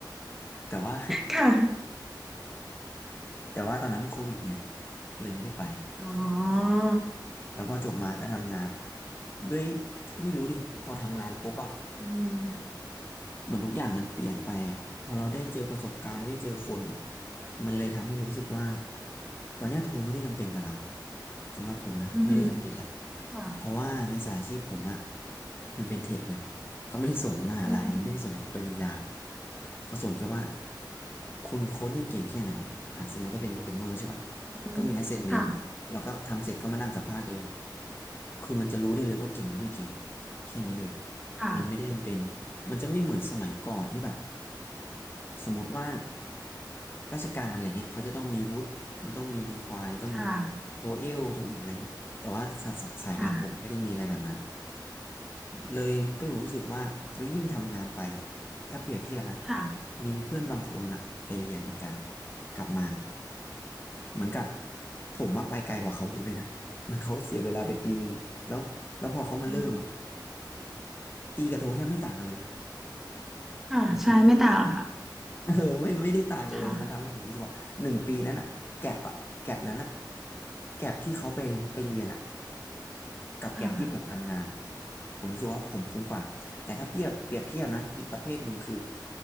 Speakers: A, on the left (about 30°); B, in the centre.
A: แต่ว่า
B: ค่ะ
A: <laughs> แต่ว่าตอนนั้นมันโควิดไงก็เลยไม่ได้ไป
B: อ๋อ
A: แล้วพอจบมาก็ทำงานด้วยไม่รู้ดิ พอทำงานปุ๊บอะ
B: อืม
A: เหมือนทุกอย่างมันเปลี่ยนไปอ่ะพอเราได้เจอประสบการณ์ได้เจอคนอ่ะมันเลยทำให้รู้สึกว่าตอนเนี้ยโทรไม่ได้จำเป็นกับเราสำหรับผมนะไม่ได้จำเป็นแหละ
B: อืมค่ะ
A: เพราะว่าในสายอาชีพผมอ่ะมันเป็นเทคไงเขาไม่ได้สนมหาลัยไม่ได้สนปริญญา
B: อืม
A: เขาสนแค่ว่าคุณโคดดิ้งเก่งแค่ไหนอ่ะสมมุติถ้าเป็นโปรแกรมเมอร์ใช่ปะ
B: อืมค่ะ
A: ก็มี assessment แล้วก็ทำเสร็จก็มานั่งสัมภาษณ์กันเลยคือมันจะรู้ได้เลยว่าเก่งหรือไม่เก่งอะแค่นี้เลย
B: ค่ะ
A: มันไม่ได้จำเป็น มันจะไม่เหมือนสมัยก่อนที่แบบสมมติว่าราชการอะไรเงี้ยเขาจะต้องมีวุฒิมันต้องมีรีควายต้องมี
B: ค่ะ
A: โทเอลโทอีกอะไรเงี้ยแต่ว่าสาสสายงานผมไม่ได้มีอะไรแบบนั้น
B: ค่ะ
A: เลยก็รู้สึกว่าแล้วยิ่งทำงานไปอ่ะถ้าเปรียบเทียบนะ
B: ค่ะ
A: มีเพื่อนบางคนอ่ะไปเรียนเหมือนกันกลับมาเหมือนกับผมมาไปไกลกว่าเขาเยอะเลยนะเหมือนเขาเสียเวลาไปปีหนึ่งแล้วแล้วพอเขามาเริ่มอ่ะ
B: อืม
A: ตีกับโทแทบไม่ต่างกันเลย
B: ค่ะใช่ไม่ต่างหรอกค่ะ
A: จริงๆใช่ เออ <laughs> ไม่ไม่ได้ต่างกันเลยมันทำให้ผมรู้สึกว่าหนึ่งปีนั้นอะแก็บอะแก็บนั้นอะ
B: ค่ะ
A: แก็บที่เขาไปไปเรียนอะ กับแกร็บที่ผมทำงานอะ
B: ค่ะ
A: ผมรู้สึกว่าผมคุ้มกว่าแต่ถ้าเปรียบเปรียบเทียบนะอีกประเภทหนึ่งคือ